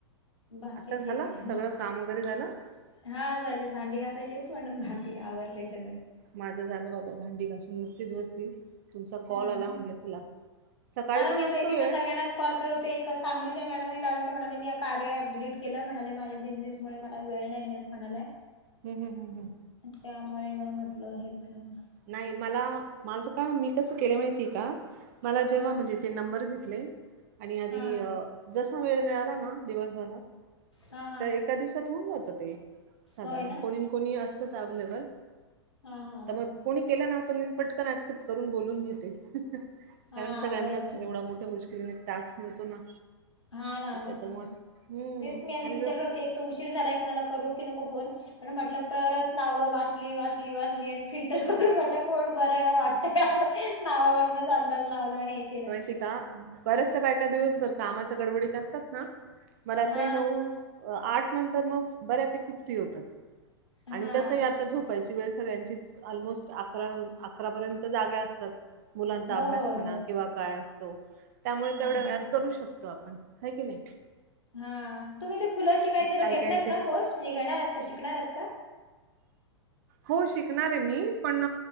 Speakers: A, on the left; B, on the right.
A: बाकी
B: आता झालं
A: ठीक <inaudible>
B: सगळं काम वगैरे झालं
A: हा झालेत. भांडी घासायचेत पण बाकी आवरलंय सगळं.
B: माझं झालं बाबा भांडी घासून नुकतीच बसली. तुमचा कॉल
A: हा
B: आला
A: ना
B: म्हटलं चला सकाळी
A: हा ना
B: पण
A: मी आता
B: असतो
A: एकेका
B: वेळ
A: सगळ्यांनाच कॉल केलो ते एका सांगलीच्या मॅडमने लावले ते म्हणाले मी या कार्य ॲप डिलीट केलं म्हणाले माझ्या बिझनेस मुळे मला वेळ नाही मिळत म्हणाल्या.
B: हम्म हम्म हम्म हम्म,
A: त्यामुळे मग म्हटलं हे करावं.
B: नाही मला माझं काय मी कसं केलं माहिती आहे का? मला जेव्हा
A: हा
B: म्हणजे ते नंबर घेतले. आणि आधी
A: हा
B: जसा वेळ मिळाला ना, दिवसभर
A: हा हा
B: त्या एका दिवसात होऊन जातं ते. साधारण
A: होय ना
B: कोणी कोणी असतंच अवेलेबल
A: हा हा
B: तर मग कोणी केलं ना, त मी पटकन ऍक्सेप्ट करून बोलून घेते. कारण
A: हा
B: सगळ्यांनाच
A: बरोबर
B: एवढा मोठ्या मुश्किलीने एक टास्क मिळतो ना,
A: हा ना,
B: तर
A: मग
B: त्याच्यामुळे हम्म
A: तेच मी आधी
B: आणि
A: विचार
B: ब
A: करते. उशीर झालाय कोणाला करू की नको फोन. म्हटलं परत नावं वाचली वाचली वाचली आणि फिल्ट तर करून म्हटलं कोण बरं वाटतंय असं नावावरूनच अंदाज लावला आणि हे केलं.
B: ती का बऱ्याचशा बायका दिवसभर कामाच्या गडबडीत असतात ना, मग रात्री
A: हा
B: नऊ आठ नंतर मग बऱ्यापैकी फ्री होतात.
A: हा
B: आणि तसही आता झोपायची ची वेळ सगळ्यांचीच ऑलमोस्ट अकरा न अकरापर्यत जाग्या असतात. मुलांचा
A: हो
B: अभ्यास
A: हो
B: म्हणा
A: हो
B: किंवा काय असतो. त्यामुळे
A: हा
B: तेवढ्या
A: हा
B: वेळात करू शकतो आपण हाय की नाही.
A: हा तुम्ही ते फुलं शिकायचा
B: काही
A: त घेतला
B: काहींचे
A: आहेत का कोर्स मी घेणार का शिकणार आहेत का?
B: हो शिकणार आहे मी. पण